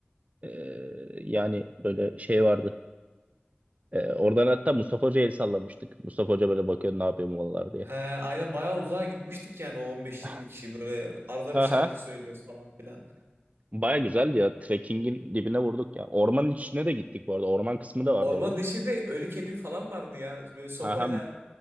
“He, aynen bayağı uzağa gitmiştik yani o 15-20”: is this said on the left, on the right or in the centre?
Right